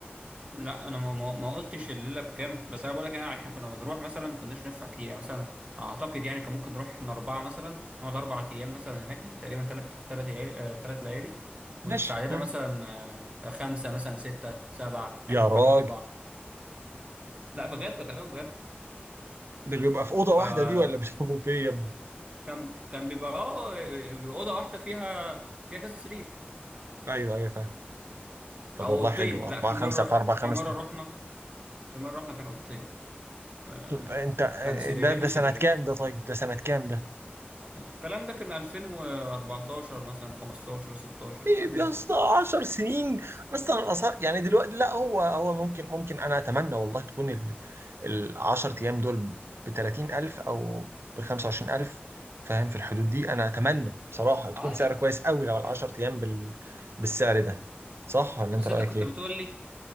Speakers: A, on the right (about 30°); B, on the right (about 85°).
A: لا انا ما ما ما قلتش الليله بكام بس انا بقول لك يعني احنا كنا بنروح مثلا ما كناش ندفع كتير يعني مثلا اعتقد يعني كان ممكن نروح احنا اربعه مثلا نقعد اربع ايام مثلا هناك يعني تقريبا ثلاث ثلاث ليالي ثلاث ليالي
B: ماشي
A: وندفع لنا
B: مم.
A: مثلا آه، خمسه مثلا سته سبعه
B: يا
A: احنا واحنا
B: راجل
A: اربعه لا بجد بكلمك بجد
B: ده بيبقى في اوضه
A: فكان
B: واحده دي ولا بيبقوا بيه يا ابني؟
A: كان كان بيبقى اه بيبقى اوضه واحده فيها فيها كذا سرير
B: <laughs> ايوه ايوه فاهم طب
A: او
B: والله
A: اوضتين
B: حلو أربعة
A: لا في
B: خمسة
A: مره
B: في أربعة خمس
A: في مره رحنا في مره رحنا كان اوضتين آه،
B: طب انت
A: كان سريرين
B: ده ده
A: وسريرين
B: سنة كام ده طيب ده سنة كام ده؟
A: الكلام ده كان 2014 مثلا 15 16
B: ايه
A: حاجة زي
B: يا
A: كده
B: اسطى 10 سنين اصلا الاسعار يعني دلوقتي لا هو هو ممكن ممكن انا اتمنى والله تكون ال ال 10 ايام دول ب 30000 او ب 25000 فاهم في الحدود دي انا اتمنى بصراحة تكون
A: اه
B: سعر كويس قوي لو ال
A: هيبقى
B: 10 ايام بال بالسعر ده صح ولا
A: بس
B: انت رأيك
A: انت كنت
B: ايه؟
A: بتقول لي